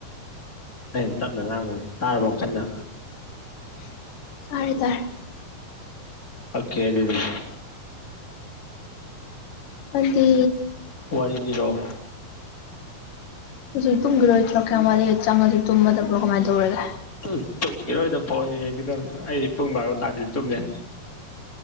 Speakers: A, on the left; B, on the left.
A: ꯑꯩꯅ ꯇꯞꯅ ꯉꯥꯡꯕꯩꯅꯦ ꯇꯥꯔꯕꯣ ꯀꯥꯟꯅ
B: ꯇꯥꯔꯦ ꯇꯔꯦ
A: ꯑꯣꯀꯦ ꯑꯗꯨꯗꯤ
B: ꯑꯩꯗꯤ
A: ꯋꯥꯔꯤ ꯂꯤꯔꯛꯑꯣ
B: ꯍꯧꯖꯤꯛ ꯇꯨꯝꯈꯤꯔꯣꯏꯗ꯭ꯔꯣ ꯀꯌꯥꯝ ꯋꯥꯂꯤ ꯆꯪꯉꯗꯤ ꯇꯨꯝꯈꯤꯔꯣꯢꯗꯔꯣ ꯀꯃꯥꯏꯅ ꯇꯧꯔꯒꯦ
A: ꯎꯝ ꯇꯨꯝꯒꯤꯔꯣꯏ ꯐꯣꯜ ꯌꯦꯡꯒꯗꯕꯅꯦ ꯑꯩ ꯄꯨꯡ ꯕꯥꯔꯣ ꯇꯥꯗꯤ ꯇꯨꯝ ꯌꯥ